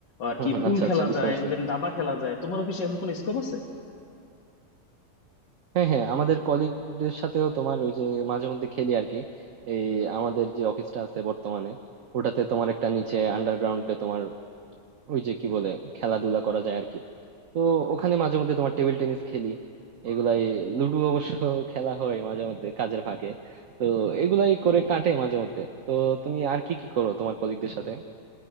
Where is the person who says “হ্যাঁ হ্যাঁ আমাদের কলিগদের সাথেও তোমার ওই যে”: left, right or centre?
Right